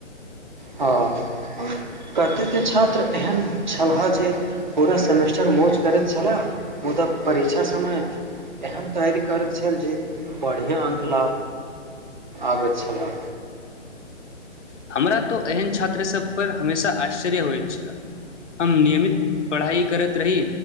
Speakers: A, on the right (about 40°); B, on the left (about 70°).
A: हँ कतेक छात्र एहन छलहा जे पूरा सेमेस्टर मौज करैत छलाह मुदा परीक्षा समय एहन तैयारी करैत छल जे बढ़िया अंक ला आबैत छलाह।
B: हमरा तो एहन छात्र सभपर हमेशा आश्चर्य होइत छल। हम नियमित पढ़ाइ करैत रही